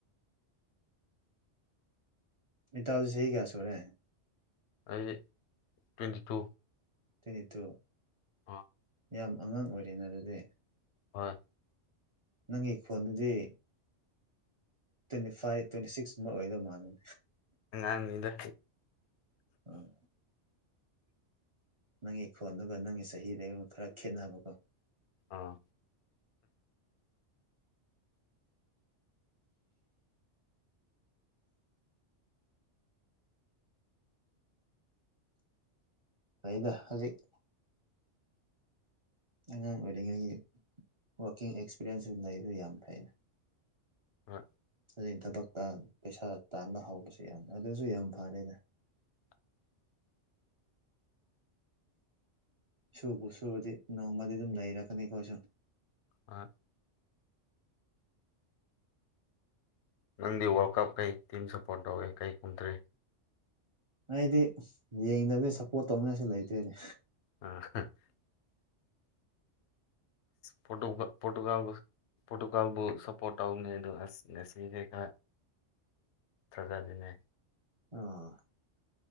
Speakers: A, on the right; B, on the left.
A: ꯏꯇꯗꯤ ꯁ ꯀꯌꯥ ꯁꯔꯦ
B: ꯑꯩ ꯇ꯭ꯋꯦꯟꯇꯤ ꯇꯨ
A: ꯇ ꯇꯣ
B: ꯑꯥ
A: ꯌꯥꯝ ꯑꯉꯥꯡ ꯑꯣꯏꯔꯤꯦꯅ ꯑꯗꯨꯗꯤ
B: ꯍꯣꯏ
A: ꯅꯪꯒꯤ ꯈꯣꯟꯗꯨꯗꯤ ꯇ꯭ꯋꯦꯟꯇꯤ ꯐꯥꯏꯚ ꯇ꯭ꯋꯦꯟꯇꯤ ꯁꯤꯛꯁ ꯑꯃ ꯑꯣꯏꯗꯧ ꯃꯥꯥꯟꯅꯤ
B: ꯉꯥꯡꯅꯤꯗ
A: ꯑꯥ ꯅꯪꯒꯤ ꯈꯣꯟꯗꯨꯒ ꯅꯪꯒꯤ ꯆꯍꯤꯗꯒꯨꯝ ꯈꯔ ꯈꯦꯠꯅꯕꯀꯣ
B: ꯑꯥ
A: ꯇꯩꯗ ꯍꯧꯖꯤꯛ ꯑꯉꯥꯡ ꯑꯣꯏꯔꯤꯉꯩꯒꯤ ꯔꯀꯤꯡ ꯑꯦꯛꯁꯄꯤꯔꯤꯦꯟꯁꯁꯨ ꯂꯩꯕꯁꯨ ꯌꯥꯝ ꯐꯩꯩꯅ
B: ꯑ
A: ꯑꯗꯨꯩ ꯊꯕꯛꯇ ꯄꯩꯁꯥ ꯇꯥꯟꯕ ꯍꯧꯕꯁꯨ ꯌꯥꯝꯅꯤ ꯑꯗꯨꯁꯨ ꯌꯥꯝ ꯐꯔꯦꯗ
B: <unintelligible>
A: ꯁꯨꯕꯨ ꯁꯨꯕꯗꯤ ꯅꯣꯡꯃꯗꯤ ꯑꯗꯨꯝ ꯂꯩꯔꯛꯀꯅꯤꯀꯣꯁꯨ
B: ꯑ ꯅꯪꯗꯤ ꯋꯥꯔꯜ ꯀꯞ ꯀꯩ ꯇꯤꯝ ꯁꯞꯄꯣꯔꯠ ꯇꯧꯏꯦ ꯀꯩ ꯀꯨꯝꯗ꯭ꯔꯤ
A: ꯑꯩꯗꯤ ꯌꯦꯡꯗꯕꯗꯤ ꯁꯞꯄꯣꯔꯠ ꯇꯧꯅꯤꯡꯉꯥꯏꯁꯨ ꯂꯩꯇꯦꯅꯦ
B: ꯑꯥ ꯐꯣꯇꯣ ꯐꯣꯇꯣꯒ ꯄꯣꯔꯇꯨꯒꯥꯜꯕꯨ ꯁꯞꯄꯣꯔꯠ ꯇꯧꯅꯦ ꯑꯗꯨ ꯑꯁ ꯉꯁꯤꯈꯩ ꯈ ꯊꯖꯗꯨꯅꯦ
A: ꯑ